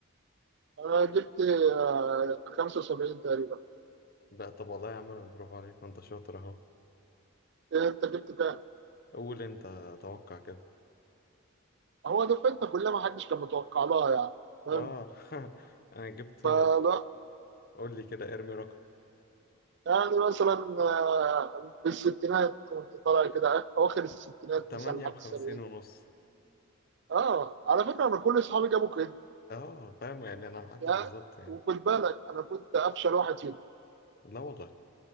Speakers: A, on the right; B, on the left.
A: انا جبت آه 75 تقريبا
B: لا طب والله يا عم برافو عليك ما انت شاطر اهو
A: إيه انت جبت كام؟
B: قول انت توقع كده
A: هو دفعتنا كلها ما حدش كان متوقع لها يعني فاهم؟
B: اه <laughs> انا جبت
A: فلا
B: قول لي كده ارمي رقم
A: يعني مثلا آه، بالستينات كنت طالع كده اواخر الستينات
B: 58
A: مثلا لحد السبعين
B: ونص
A: اه على فكره انا كل اصحابي جابوا كده
B: اه فاهم يعني انا معدي
A: يا
B: بالظبط يعني
A: وخد بالك انا كنت افشل واحد فيهم
B: لا والله